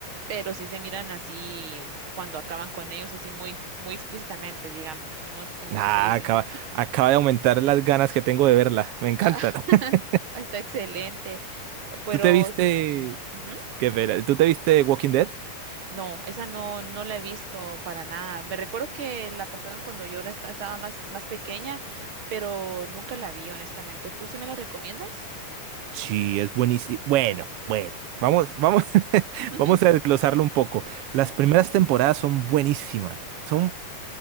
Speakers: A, on the right; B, on the right.
A: pero sí se miran así cuando acaban con ellos, así muy, muy explícitamente, digamos. No es como
B: Nah,
A: que se disimula.
B: acaba, acaba de aumentar las ganas que tengo de verla. Me encanta.
A: <laughs>
B: <laughs>
A: Ah, Está excelente, pero
B: ¿Tú te viste...
A: sí. ujú.
B: ¿Qué pena? ¿Tú te viste Walking Dead?
A: No, esa no, no la he visto para nada. Me recuerdo que la pasaron cuando yo era- esta- estaba más, más pequeña, pero nunca la vi, honestamente. ¿Tú sí me la recomiendas?
B: Sí, es buenísimo. Bueno, bueno, vamos, vamos, <laughs>
A: <laughs>
B: vamos a desglosarlo un poco.
A: Ujú.
B: Las primeras temporadas son buenísimas. Son